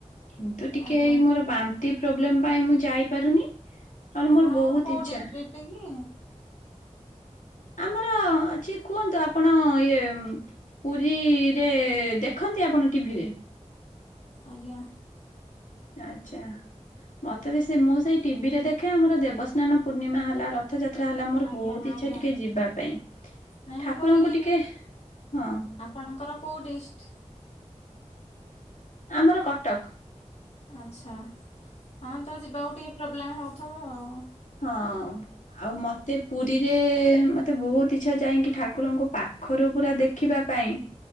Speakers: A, on the left (about 80°); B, on the left (about 55°).
A: କିନ୍ତୁ ଟିକେ
B: ଆଜ୍ଞା
A: ଏଇ ମୋର ବାନ୍ତି ପ୍ରୋବ୍ଲେମ୍ ପାଇଁ ମୁଁ ଯାଇପାରୁନି। ନହେଲେ
B: ଆପଣଙ୍କର
A: ମୋର ବହୁତ
B: କୋଉ
A: ଇଚ୍ଛା
B: ଡିଷ୍ଟ୍ରିକ୍ଟ କି?
A: ଆମର ଅଛି, କୁହନ୍ତୁ ଆପଣ ଇଏ ପୁରୀରେ ଦେଖ ନ୍ତି, ଆପଣ ଟିଭି ରେ?
B: ଆଜ୍ଞା,
A: ଆଛା, ମତେ ବି ସେ ମୁଁ ସେଇ ଟିଭି ରେ ଦେଖେ ଆମର ଦେବସ୍ନାନ ପୂର୍ଣ୍ଣିମା ହେଲା ରଥଯାତ୍ରା। ଯାତ୍ରା ହେଲା ମୋର
B: ଆଜ୍ଞା
A: ବହୁତ
B: ଆଜ୍ଞା
A: ଇଚ୍ଛା ଟିକେ ଯିବା ପାଇଁ
B: ନାଇଁ ମୁଁ
A: ଠାକୁରଙ୍କୁ
B: କହିଲି
A: ଟିକେ ହଁ
B: ଆପଣଙ୍କର କୋଉ ଡିଷ୍ଟ?
A: ଆମର କଟକ।
B: ଆଛା ହଁ ତ ଯିବାକୁ ଟିକେ ପ୍ରୋବ୍ଲେମ ହଉଥିବ ଆଉ।
A: ହଁ ଆଉ ମତେ ପୁରୀରେ ମତେ ବହୁତ ଇଚ୍ଛା ଯାଇଙ୍କି ଠାକୁରଙ୍କୁ ପାଖ ପାଖରୁ ପୁରା ଦେଖିବା ପାଇଁ